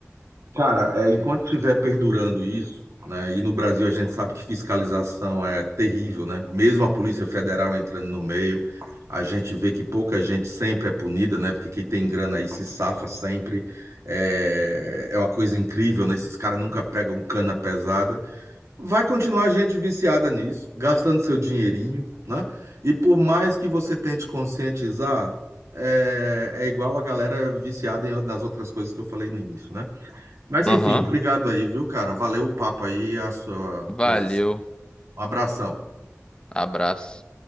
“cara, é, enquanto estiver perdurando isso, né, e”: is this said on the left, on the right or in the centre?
Right